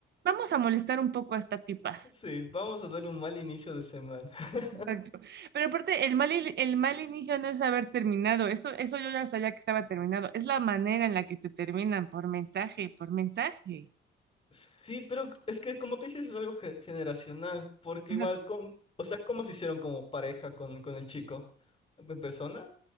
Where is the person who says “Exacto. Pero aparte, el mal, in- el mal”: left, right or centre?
Right